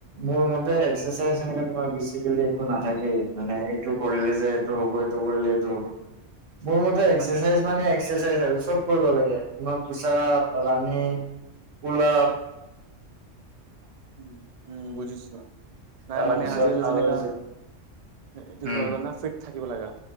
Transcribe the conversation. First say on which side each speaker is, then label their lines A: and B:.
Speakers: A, on the right; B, on the right.
A: মোৰ মতে এক্সাৰচাইজ সেনেকে তোমাৰ বেছিকেলি একো নাথাকেই মানে এইটো কৰিলে যে এইটো হ'ব এইটো কৰিলে এইটো হ'ব
B: <inaudible>
A: মোৰ মতে এক্সাৰচাইজ
B: মান
A: মানে এক্সাৰচাইজ আৰু চব কৰিব লাগে তোমাৰ পোচাপ, ৰাণিং পোলাপ
B: উম উম বুজিছো নাই
A: তাৰপিছত
B: মানে আজিকালি
A: আৰু
B: যেনেকা, এইটো
A: উম
B: হৈ গ'ল না ফিট থাকিব লাগা